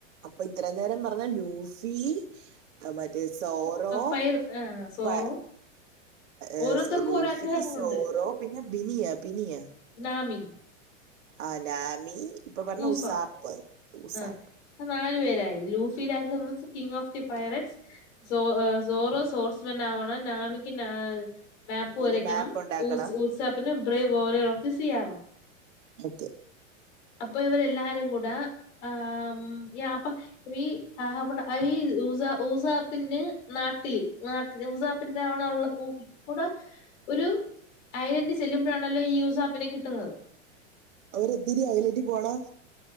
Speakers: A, on the right (about 70°); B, on the left (about 65°).
A: അപ്പൊ ഇത്രയും നേരം പറഞ്ഞ ലൂഫി ആ മറ്റേ സോറോ
B: പൈർ സോറോ
A: പ ഏ
B: ഓരോരുത്തർക്കും
A: ലൂഫിക്ക്
B: ഓരോ ആഗ്രഹങ്ങളുണ്ട്
A: സോറോ പിന്നെ ബിനിയാ പിനിയാ
B: നാമി
A: ആ നാമി ഇപ്പൊ പറഞ്ഞ
B: ഊസാപ്പ്
A: ഉസാപ്പ് ഉസാപ്പ്
B: ആഹ് നാലു പേരായി ലൂഫി രാമസ് കിങ് ഓഫ് ദി പൈററ്റ്സ് സോ സോറോ സ്വോർട്സ്മെൻ ആവണം നാമിക്ക് ന മേപ്പ്
A: മറ്റേ
B: വരയ്ക്കണം
A: മാപ്പ് ഉണ്ടാക്കണം
B: ഊസ് ഊസപ്പിന് ബ്രേ ഓരൊ ഉളത്തി സിആവണം
A: ഒക്കെ.
B: അപ്പൊ ഇവരെല്ലാരും കൂടെ ആ ആം യപ്പൊ. വീ ഹവട ഈഈ ഊസ ഊസാപ്പിന്റെ നാട്ടിൽ നാ ഊസാപ്പിന്റെ ആവണ അവള ഊ ടെ. ഒരു അയലെന്റിൽ ചെല്ലുമ്പോഴാണല്ലോ ഈ യൂസ് ആപ്പിനെ കിട്ടുന്നത്
A: അവിടെ എത്തീട്ട് അയ്ലെറ്റീ പോണം